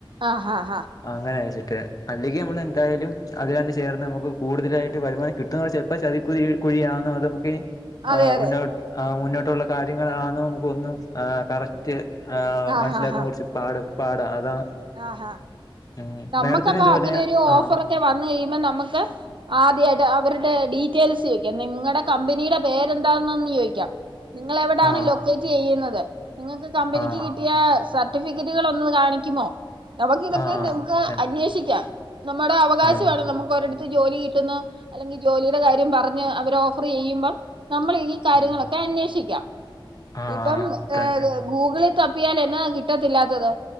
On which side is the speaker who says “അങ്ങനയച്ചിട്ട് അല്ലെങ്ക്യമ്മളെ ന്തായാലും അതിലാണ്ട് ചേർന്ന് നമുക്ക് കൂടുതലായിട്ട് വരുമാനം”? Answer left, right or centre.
Left